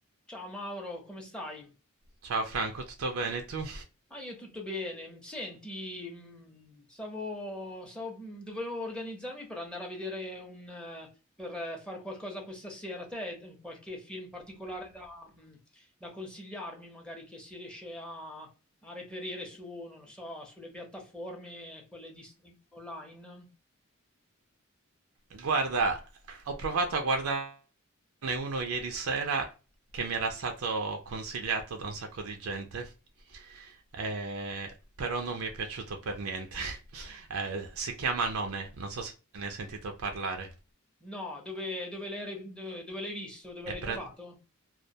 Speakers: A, in the centre; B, on the right.
A: Ciao Mauro, come stai?
B: Ciao Franco, tutto bene tu?
A: Ah, io tutto bene. Senti, mh, stavo, stavo- mh, dovevo organizzarmi per andare a vedere un, eh, per eh, fare qualcosa questa sera. Te, eh, qualche film particolare da, mh, da consigliarmi, magari che si riesce a, a reperire su, non lo so, sulle piattaforme, quelle di streaming online?
B: Guarda, ho provato a guardarne uno ieri sera che mi era stato consigliato da un sacco di gente, eh, però non mi è piaciuto per niente. <laughs> Eh, si chiama None, non so se ne hai sentito parlare.
A: No, dove, dove l'hai re- dove- dove l'hai visto? Dove
B: È,
A: l'hai
B: pra-
A: trovato?